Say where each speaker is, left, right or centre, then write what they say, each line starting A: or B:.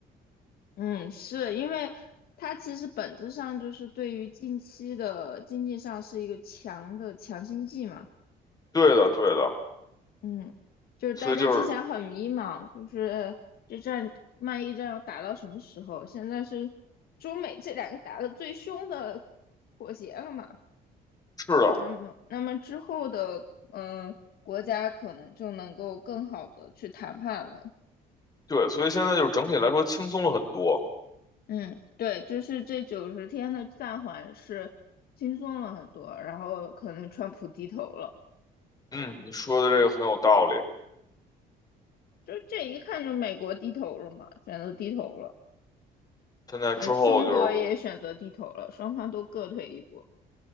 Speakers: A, on the left; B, on the left.
A: 嗯，是因为它其实本质上就是对于近期的经济上是一个强的强心剂嘛，
B: 对的，对的，
A: 嗯，就是大家之前很迷茫，
B: 所以就是
A: 就是这战贸易战要打到什么时候？现在是中美这两个打得最凶的妥协了嘛，
B: 是的，
A: 那么那么之后的嗯、呃国家可能就能够更好的去谈判了，
B: 对，所以现在就是整体来说轻松了很多。
A: 嗯，对，就是这九十天的暂缓是轻松了很多，然后可能川普低头了，
B: 嗯，你说的这个很有道理。
A: 就这一看就美国低头了嘛，选择低头了，
B: 现在之后就是
A: 嗯，中国也选择低头了，双方都各退一步。